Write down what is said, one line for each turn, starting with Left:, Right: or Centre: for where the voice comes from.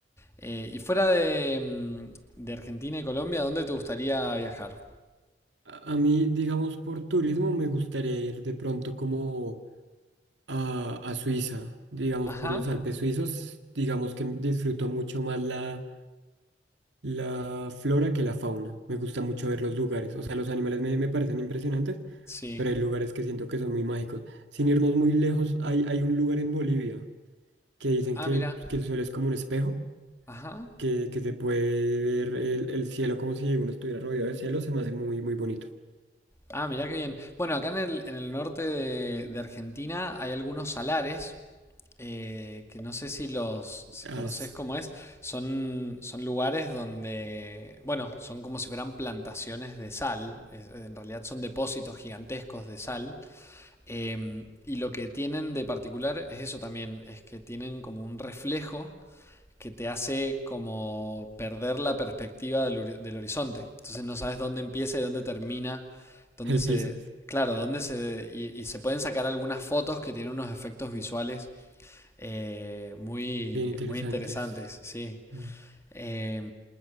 Left: Eh, y fuera de, mm, de Argentina y Colombia, ¿dónde te gustaría viajar?
Right: A, a mí, digamos, por turismo me gustaría ir de pronto como a, a Suiza, digamos,
Left: Ajá,
Right: por los Alpes suizos, digamos que disfruto mucho más la, la flora que la fauna. Me gusta mucho ver los lugares, o sea, los animales me, me parecen impresionantes,
Left: sí.
Right: pero hay lugares que siento que son muy mágicos. Sin irnos muy lejos, hay, hay un lugar en Bolivia que dicen
Left: Ah,
Right: que
Left: mira.
Right: el, que el suelo es como un espejo.
Left: Ajá.
Right: Que, que se puede ver el, el cielo como si uno estuviera rodeado de cielo, se me hace muy, muy bonito.
Left: Ah, mirá qué bien. Bueno, acá en el, en el norte de, de Argentina hay algunos salares eh, que no sé si los, si
Right: As-
Left: conocés cómo es. Son, son lugares donde, bueno, son como si fueran plantaciones de sal. Es- en realidad son depósitos gigantescos de sal. Eh, y lo que tienen de particular es eso también, es que tienen como un reflejo que te hace como perder la perspectiva del, del horizonte. Entonces no sabes dónde empieza y dónde termina, dónde
Right: el
Left: se...
Right: piso,
Left: Claro, dónde se... Y, y se pueden sacar algunas fotos que tienen unos efectos visuales eh, muy,
Right: bien interesantes.
Left: muy interesantes, sí.
Right: Mm.
Left: Eh,